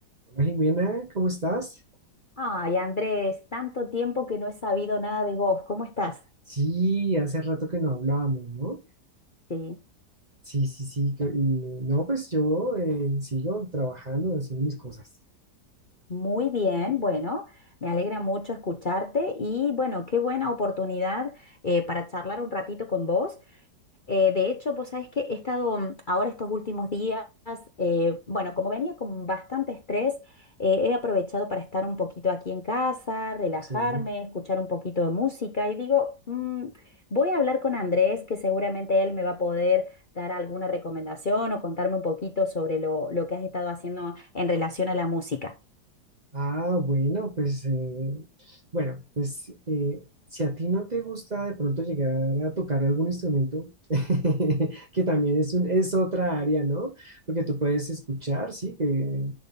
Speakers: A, on the right; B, on the left.
A: Hola Jimena, ¿cómo estás?
B: Ay, Andrés, tanto tiempo que no he sabido nada de vos. ¿Cómo estás?
A: Sí, hace rato que no hablábamos, ¿no?
B: Sí,
A: Sí, sí, sí. que- Y no, pues yo eh, sigo trabajando, haciendo mis cosas.
B: muy bien. Bueno, me alegra mucho escucharte y bueno, qué buena oportunidad eh, para charlar un ratito con vos. Eh, de hecho, vos sabés que he estado mm, ahora estos últimos días, eh, bueno, como venía con bastante estrés, eh, he aprovechado para estar un poquito aquí en casa, relajarme,
A: Sí.
B: escuchar un poquito de música y digo, "Mm, voy a hablar con Andrés, que seguramente él me va a poder dar alguna recomendación o contarme un poquito sobre lo, lo que has estado haciendo en relación a la música.
A: Ah, bueno, pues, eh, bueno, pues, eh, si a ti no te gusta de pronto llegar a tocar algún instrumento, <laughs> que también es un, es otra área, ¿no? Porque tú puedes escuchar, sí, que